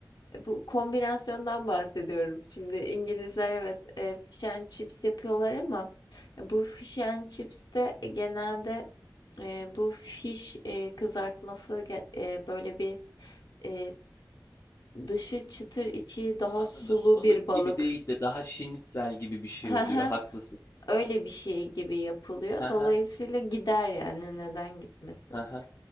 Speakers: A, on the left; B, on the left.
A: E, Bu kombinasyondan bahsediyorum. Şimdi İngilizler evet e, fish and chips yapıyorlar ama e, bu fish and chips de genelde e, bu fish e, kızartması ge- e, böyle bir e, dışı çıtır içi daha
B: Anladım.
A: sulu
B: Balık
A: bir balık.
B: gibi değil de daha şinitzel gibi bir şey
A: <laughs> Hı
B: oluyor.
A: hı.
B: Haklısın.
A: Öyle bir şey gibi yapılıyor.
B: Haha,
A: Dolayısıyla gider yani neden gitmesin?
B: haha.